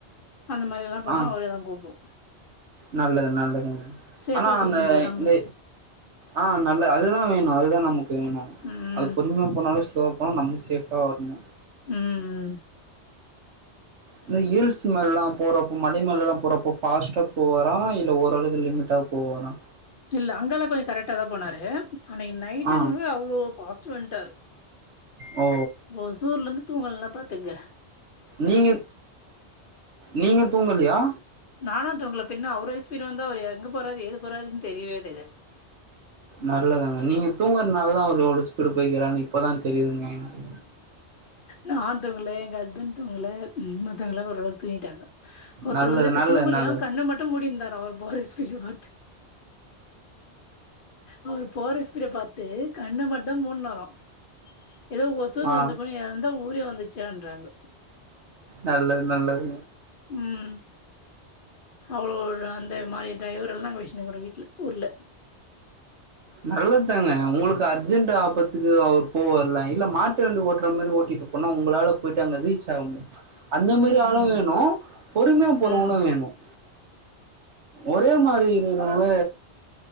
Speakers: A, on the left (about 55°); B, on the right (about 80°).
A: அந்த மாதிரி எல்லா போனா
B: ஆ
A: அவரேதா கூப்டுவோ.
B: நல்லது நல்லதுங்க
A: சேஃபா
B: ஆனா
A: கூப்டுனு
B: அந்த
A: வந்துருவாரு நம்ப
B: இந்த ஆஹ நல்ல அதுதா வேணு அதுதா நம்ம. வேணு
A: ம்
B: அது பொறுமையா போனாலு ஸ்லோ. அப்புறோ நம்ம சேப்பா வரணு.
A: உம்ம்.
B: இந்த ஹில்ஸ் மேல எல்லா போறப்போ மலை மேல எல்லா போறப்போ பாஸ்ட்டா போவாராமன இல்ல ஓரளவுக்கு லிமிட்டா போவாரா.
A: இல்ல அங்கால கொஞ்சோ கரெக்ட்டாதா போனாரு. அன்னைக்கு நைட்டு
B: ஆ
A: என்னமோ அவ்ளோ பாஸ்ட். டு வண்டாரு.
B: ஓ
A: ஒசூர்ல இருந்து தூங்கலனா பாத். த்துங்க.
B: நீங்க நீங்க தூங்கல்லையா.
A: நாலா தூங்கலா பின்ன அவரேஸ். பிரு வந்து அவர் எங்க போறரு ஏது. போராருன்னு. தெரியவேல்.
B: நல்லதுதாங்க நீங்க தூங்க. நாலதா அவரு அவ்வளோ ஸ்பீடா போய்ருக்காரு அன்னிக்கு. இப்பதா தெரியுதுங்க எனக்கு.
A: நா தூங்கள எங்க ஹஸ்பண்ட் தூங்கள மத்தவங்கலா ஒரளவுக்கு தூங்கிட்டாங்க. ஒருத்தரு
B: நல்லது
A: வந்து
B: நல்லது
A: தூங்கலியா
B: நல்லது
A: கண்ணு மட்டு மூடிருந்தாரா அவர் போர ஸ்பீட பாத்து. அவர் போற ஸ்பீட பாத்து கண்ண மட்டும் மூடுனாறாம் ஏதோ ஒசூர்
B: ஆ
A: வந்தக்கன்னு இருந்தா ஊரே வந்துச்சு <unintelligible> பண்றாங்க
B: நல்லது நல்லது
A: ம் அவ்ளோ அந்த மாதிரி டிரைவரெல்லாம் வச்சிண்டு இருக்கோம் வீட்ல ஊரில
B: நல்லதாங்க உங்களுக்கு அர்ஜென்ட் ஆபத்துக்கு அவர் போவரலாம் இல்ல மாட்டு வண்டி ஓட்டுற மாதிரி ஓட்டிட்டு போனா உங்களால போயிட்டு அங்க ரீச் ஆக முடியுமா அந்த மாரி
A: ம்
B: ஆளும் வேணும் பொறுமையா போறவங்களும்
A: ம்
B: வேணும் ஒரே மாரி இருக்குறவங்க